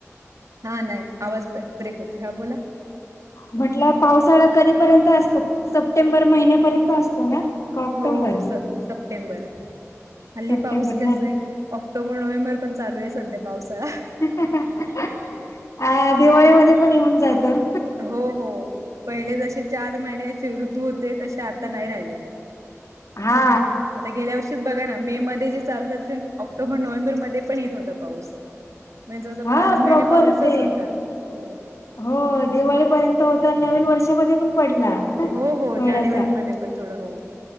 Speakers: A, on the right; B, on the left.
A: हा नाही आवाज ब्रेक होते हा बोला
B: म्हटलं पावसाळा कधीपर्यंत असतो सप्टेंबर महिन्यापर्यंत असतो ना का ऑक्टोबर
A: हो हो स सप्टेंबर हल्ली
B: सप्टेंबर
A: पाऊस कस आहे ऑक्टोबर नोव्हेंबर पण चालू आहे सध्या पावसाळा
B: ना हा दिवाळीमध्ये पण येऊन जायातं
A: हो हो पहिले जसे चार महिन्याचे ऋतू होते तसे आता नाही राहिले
B: हा
A: आता गेल्या वर्षीच बघा ना मे मध्ये जे चालू झा ते ऑक्टोबर नोव्हेंबर मध्ये पण येत होता पाऊस म्हणजे जव जव
B: हा
A: पाच महिने
B: प्रॉपर
A: पाऊसच
B: ते
A: होता हो
B: हो दिवाळीपर्यंत होता नवीन वर्षामध्ये पण पडला
A: हो हो
B: थोडासा
A: जानेवारी मध्ये पण थोडं हो